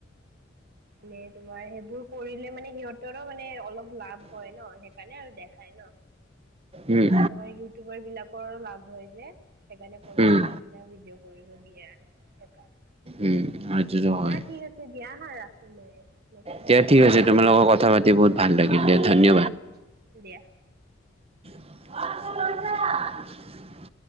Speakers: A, on the right (about 55°); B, on the right (about 30°).
A: মানে তোমাৰ সেইবোৰ কৰিলে মানে সিহঁত সিহঁতৰো মানে অলপ লাভ হয় ন সেইকাৰণে আৰু দেখাই ন
B: উম
A: আৰু তোমাৰ ইউটিউবাৰ বিলাকৰ লাভ হয় যে সেইকাৰণে পইচা
B: উম উম
A: দি কিনে ভিডিঅ' কৰিব দিয়ে আৰু সেইকাৰণে
B: উম সেইটোতো
A: উম
B: হয়
A: দিয়া ঠিক আছে দিয়া হা ৰাখো মই পাছত
B: দিয়া ঠিক
A: কল
B: আছে
A: কৰি
B: তোমাৰ
A: আছো
B: লগত কথা পাতি বহুত ভাল লাগি গিলে ধন্য
A: উম উম দিয়া
B: <unintelligible>